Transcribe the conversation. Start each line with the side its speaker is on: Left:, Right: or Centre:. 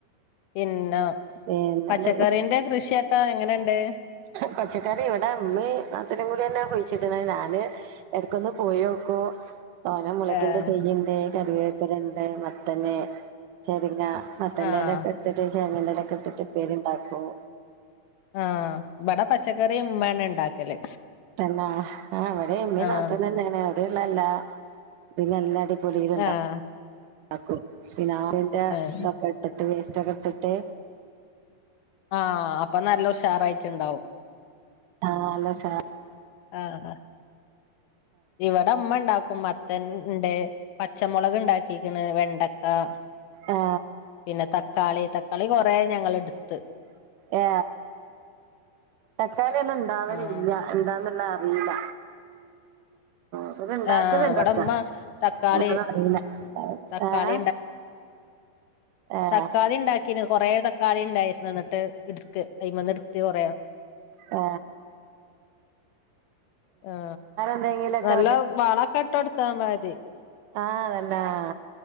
Left: പിന്നെ
Right: പിന്നെന്ത്
Left: പച്ചക്കറീന്റെ കൃഷി കൃഷി ഒക്കെങ്ങനെണ്ട്?
Right: പച്ചക്കറി ഇവിടെ ഇമ്മിം നാത്തൂനും കൂടിയെന്നെ കുയിച്ചിട്ണത്. ഞാന് എടക്കൊന്ന് പോയോക്കും. തോനെ മുളകിന്റെ
Left: ഏഹ്
Right: തയ്യുണ്ട് കറിവേപ്പിലണ്ട്. മത്തന്, ചെരങ്ങ മത്തന്റെലൊക്കെ
Left: ആഹ്
Right: എടുത്തിട്ട് ചെരങ്ങന്റെലെക്കെടാത്തിട്ട് ഉപ്പേരിണ്ടാക്കും.
Left: ആഹ് ഇബടെ പച്ചക്കറി ഇമ്മേണ് ഉണ്ടാക്കല്.
Right: തന്നാ ആ ഇവിടെ ഇമ്മീ
Left: ആഹ്
Right: നാത്തൂനെന്നാണ് <unintelligible>
Left: ആഹ്
Right: <unintelligible> പിന്നെ ആവിന്റെ
Left: ഏഹ്
Right: ഇതൊക്ക വേസ്റ്റൊക്കെടുത്തിട്ട്
Left: ആഹ അപ്പൊ നല്ല ഉഷാറായിട്ണ്ടാവും
Right: ആ നല്ലഉഷാറാ
Left: ആഹ ഇവിടെ ഇമ്മ ഉണ്ടാക്കും മത്തൻണ്ട് പച്ചമുളക് ണ്ടാക്കിക്ക്ണ് വെ <unintelligible>
Right: ആ
Left: പിന്നെ തക്കാളി തക്കാളി കുറേ ഞങ്ങൾ എടു
Right: ഏ തക്കാളി ഒന്നും ഇണ്ടാവലില്ല.
Left: ആഹ്
Right: എന്താന്നുള്ള ഇല്ല ഇവര് ഉണ്ടാക്കല്ണ്ടൊക്കെ
Left: ആഹ് ഇവിടെ ഉമ്മ തക്കാളി
Right: <unintelligible>
Left: തക്കാളി
Right: ആ
Left: തക്കാളിണ്ടാക്കിനി കൊറെേ തക്കാളിണ്ടായിരുന്നു ന്നിട്ട് ഇടുത്ത് അതിമന്ന് ഇടുത്ത് കൊറേ.
Right: ആ
Left: ആ
Right: എന്തെങ്കിലുമൊക്കെ
Left: നല്ല വളക്കെട്ടൊട്ത്താ മതി.
Right: ആ അതന്നെ ആ.